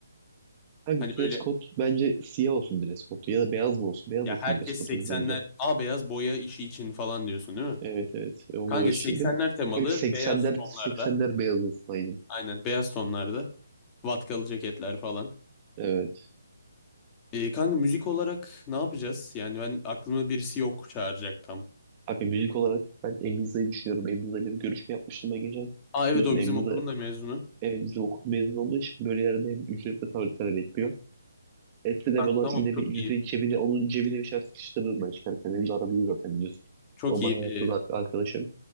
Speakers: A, on the right; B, on the left.
A: Kanka
B: Hani
A: dress
B: böyle
A: code bence siyah olsun dress code ya da beyaz mı olsun? Beyaz
B: ya
A: olsun
B: herkes
A: dress code'umuz
B: 80'ler
A: bence.
B: A beyaz boya işi için falan diyorsun değil mi?
A: Evet evet E, onu
B: Kanka
A: eşitledim.
B: 80'ler temalı
A: Kanka 80'ler
B: beyaz tonlarda.
A: 80'ler beyaz olsun aynen.
B: Aynen beyaz tonlarda. Vatkalı ceketler falan.
A: Evet.
B: Ee, kanka müzik olarak ne yapacağız? Yani ben aklımda birisi yok çağıracak tam.
A: Kanka müzik olarak ben Emriza'yı düşünüyorum. Emriza'yla bir görüşme yapmıştım ben geçen.
B: Aa evet
A: Biliyorsun
B: o
A: Emriza
B: bizim okulun da mezunu.
A: e, bizim okul mezunu olduğu için böyle yerde hem ücretle tabii talep etmiyor. Etse de
B: Kanka
A: bana
B: tamam
A: yine
B: çok
A: bir yüzde
B: iyi.
A: cebine, onun cebine bir şeyler sıkıştırırım ben çıkarken. Benim de aram zaten biliyorsun.
B: Çok
A: Normal
B: iyi.
A: hayatta
B: Ee,
A: da arkadaşım.